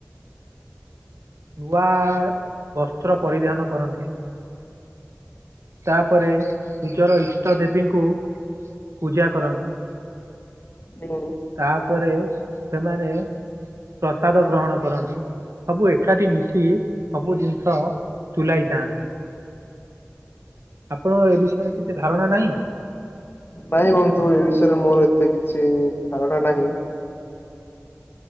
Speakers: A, on the right (about 75°); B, on the left (about 50°).
A: ନୂଆ ବସ୍ତ୍ର ପରିଧାନ କରନ୍ତି। ତାପରେ ନିଜର ଇଷ୍ଟ ଦେବୀଙ୍କୁ ପୂଜା କରନ୍ତି।
B: ହୁଁ।
A: ତାପରେ ସେମାନେ ପ୍ରସାଦ ଗ୍ରହଣ କରନ୍ତି ସବୁ ଏକ କାଠି ମିଶିକି ସବୁ ଜିନିଷ ତୁଲାଇଥାନ୍ତି। ଆପଣଙ୍କର ଏ ବିଷୟରେ କିଛି ଧାରଣା ନାଇଁ।
B: ନାଇଁ ବନ୍ଧୁ ଏ ବିଷୟରେ ମୋରୋ ଏତେ କିଛି ଧାରଣା ନାହିଁ।